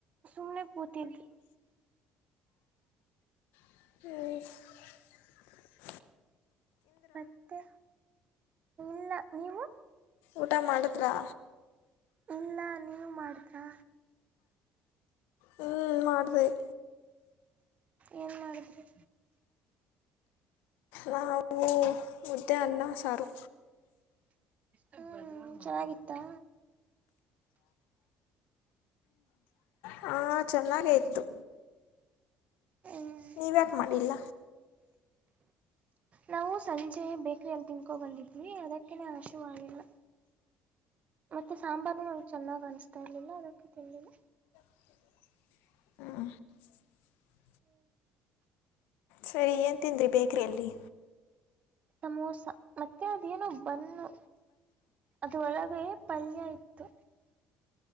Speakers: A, on the right (about 45°); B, on the left (about 80°).
A: ಸುಮ್ನೆ ಕೂತಿದ್ಿ
B: ಹ <unintelligible>
A: ಮತ್ತೆ ಇಲ್ಲ ನೀವು
B: ಊಟ ಮಾಡುದ್ರಾ
A: ಇಲ್ಲ ನೀವು ಮಾಡಿದ್ರಾ
B: ಹ ಮಾಡಬೇಕ
A: ಏನ್ ಮಾಡಿದ್ರಿ
B: ನಾವು ಮುದ್ದೆ ಅನ್ನ ಸಾರು
A: ಹ್ಮ್ ಚೆನ್ನಾಗಿತ್ತಾ
B: ಹ ಹ ಚೆನ್ನಾಗ ಇತ್ತು
A: ಹ್ಮ್,
B: ನೀವ ಯಾಕೆ ಮಾಡಿಲ್ಲ
A: ನಾವು ಸಂಜೆ ಬೇಕ್ರಿಯ ಅಲ್ಲಿ ತಿನ್ಕೋ ಬಂದಿದ್ವಿ ಅದಕ್ಕನೆ ಅಶಿವು ಆಗಿಲ್ಲ ಮತ್ತುತ್ತೆ ಸಾಂಬಾರನು ನಮಗೆ ಚೆನ್ನಾಗಿ ಅನಿಸ್ತಾ ಇರಲಿಲ್ಲ ಅದಕ್ಕೆ ತಿಳಿಲ್ಲ
B: ಹ <unintelligible>
A: ಹ್ಮ <unintelligible> <inaudible>
B: ಸರಿ ಏನ್ ತಿಂದ್ರಿ ಬೇಕರಿ ಅಲ್ಲಿ
A: ಸಮೋಸ ಮತ್ತೆ ಅದೇನೋ ಬನ್ನು ಅದು ಒಳಗೆ ಪಲ್ಯ ಇತ್ತು